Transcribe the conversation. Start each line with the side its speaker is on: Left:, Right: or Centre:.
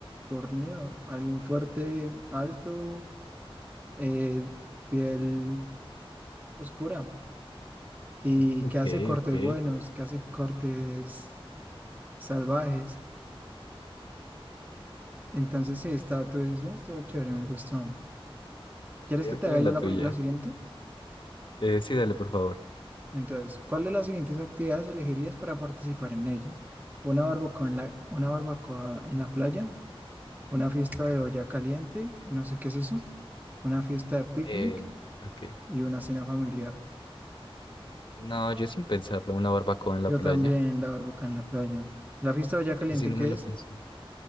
Right: fornido, alguien fuerte, alto, eh, piel oscura y
Left: Ok,
Right: que hace cortes
Left: ok.
Right: buenos, que hace cortes salvajes. Entonces, sí, está tu decisión, estuvo chévere, me gustó. ¿Quieres
Left: Ya
Right: que
Left: me
Right: te
Left: tiene
Right: haga
Left: la
Right: yo la,
Left: tuya.
Right: pri- la siguiente?
Left: Eh, sí, dale, por favor.
Right: Entonces, ¿cuál de las siguientes actividades elegirías para participar en ella? ¿Una barbacoa en la, una barbacoa en la playa? ¿Una fiesta de olla caliente? No sé qué es eso. una fiesta de picnic
Left: Eh, ok.
Right: y una cena familiar.
Left: No, yo sin pensarlo, una barbacoa en la
Right: Yo
Left: playa.
Right: también la barbacoa en la playa. La fiesta de olla caliente,
Left: Ese sí no
Right: ¿qué
Left: me lo
Right: es?
Left: pienso.